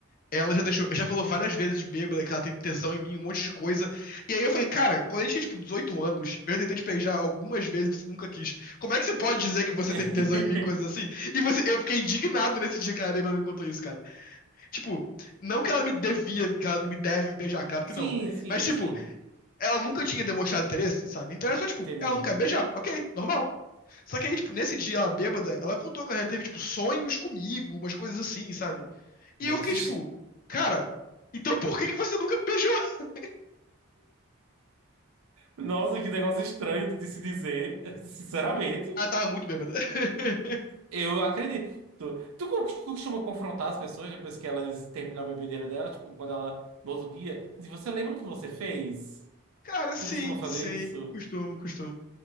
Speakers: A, on the left (about 40°); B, on the right (about 75°).
A: Ela já deixou, já falou várias vezes de bêbada que ela tem tesão em mim, um monte de coisa. E aí eu falei, cara, quando a gente tinha tipo 18 anos, eu tentei te beijar algumas vezes, e você nunca quis. Como é que você pode dizer que você
B: <laughs>
A: tem tesão em mim, coisas assim? E você, eu fiquei indignado nesse dia que a bêbada me contou isso, cara. Tipo, não que ela me devia, que ela me deve me beijar, claro que
B: Sim,
A: não.
B: sim,
A: Mas tipo,
B: sim.
A: ela nunca tinha demonstrado interesse, sabe? Então era só tipo,
B: Entendi.
A: ela não quer beijar, ok, normal. Só que aí, tipo, nesse dia ela bêbada, ela contou que ela teve tipo sonhos comigo, umas coisas assim, sabe?
B: Que
A: E
B: negócio
A: eu fiquei
B: est-
A: tipo, cara, então por que que você nunca me beijou? <laughs>
B: Nossa, que negócio estranho de se dizer. <laughs> Sinceramente,
A: Ah, tava muito bêbada. <laughs>
B: eu acredito. Tu co- costuma confrontar as pessoas depois que elas terminam a bebedeira dela, tipo, quando ela, no outro dia, se você lembra o que você fez?
A: Cara, sim,
B: Tu costuma fazer
A: sim.
B: isso?
A: Costumo, costumo.